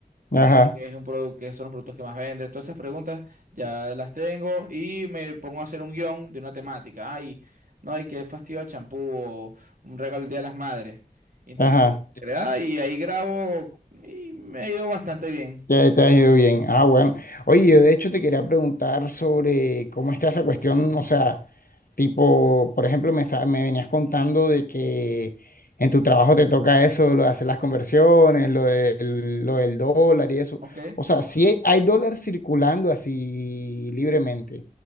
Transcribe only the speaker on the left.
Ajá,
ajá.
Ya te ha ido bien. Ah, bueno. Oye, yo de hecho te quería preguntar sobre cómo está esa cuestión, o sea, tipo, por ejemplo, me está- me venías contando de que en tu trabajo te toca eso, lo de hacer las conversiones, lo del, lo del dólar y eso.
O sea, si hay, hay dólar circulando así libremente.